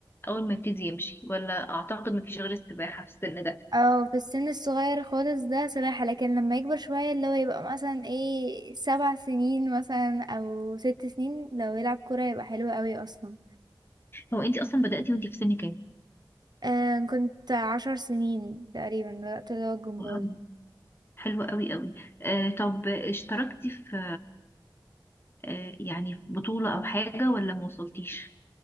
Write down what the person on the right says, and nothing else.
اه في السن الصغير خالص ده سباحة لكن لما يكبر شوية اللي هو يبقى مثلا ايه سبع سنين مثلا او ست سنين لو يلعب كورة يبقى حلو قوي اصلا
آه كنت عشر سنين تقريبا بدأت اللي هو الجمباز